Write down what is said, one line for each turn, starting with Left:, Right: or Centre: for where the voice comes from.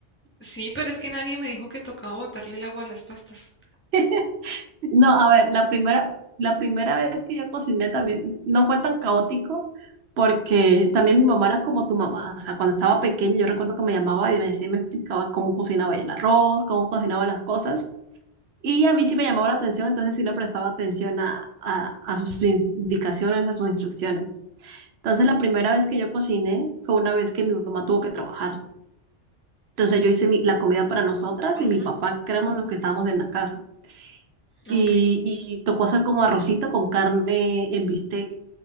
Left: Sí, pero es que nadie me dijo que tocaba botarle el agua a las pastas.
Right: <laughs> No, a ver, la primera, la primera vez que yo cociné también no fue tan caótico porque también mi mamá era como tu mamá. O sea, cuando estaba pequeña yo recuerdo que me llamaba y me decía, y me explicaba cómo cocinaba el arroz, cómo cocinaba las cosas. Y a mí sí me llamaba la atención, entonces sí le prestaba atención a, a, a sus indicaciones, a sus instrucciones. Entonces, la primera vez que yo cociné fue una vez que mi mamá tuvo que trabajar. Entonces, yo hice mi- la comida para nosotras
Left: Ujú,
Right: y mi papá, que éramos los que estábamos en la casa. Y,
Left: ok,
Right: y tocó hacer como arrocito con carne en bistec.